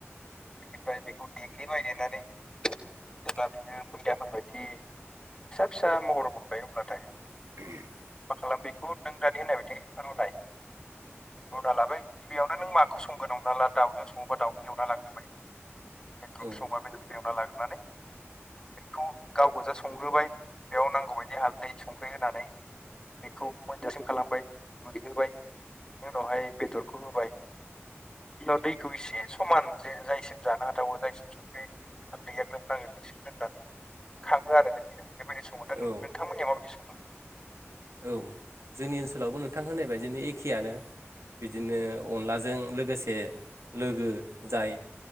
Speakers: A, on the left; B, on the right.
A: ओमफ्राय बेखौ देग्लिबाय देनानै जेब्ला बियो मैदाफोरबायदि फिसा फिसा महर मोनबाय होनब्लाथाय
B: <unintelligible>
A: मा खालामो बेखौ नों दानि होननाय बायदि रुनाय रुना लाबाय गिबियावनो नों माखौं संगोन हमना ला दाउजों संङोबा दाउखौ एवना लाग्रोबाय। दुब
B: औ
A: संबा बेदरखौ एवना लाग्रोनानै बेखौ गाव गोजा संग्रोबाय बेयाव नांगौबायदि हालदै संख्रि होनानै बेखौ मोनजासिम खालामबाय रुइहोबाय। बिनि उनावहाय बेदरखौ होबाय बिनाव दैखौ एसे समान जे जायैसिम जानो हाथावो जायसिम संख्रि हालदैया ग्रोबनांङो बेसिम दोननानै खांङो आरो जोंनियाव। बेबायदि संङो दा
B: औ
A: नोंथांमोननिया माबायदि सङो?
B: औ जोंनि ओनसोलावबो नोंथां होननाय बायदिनो एखेआनो बिदिनो अनलाजों लोगोसे लोगो जाय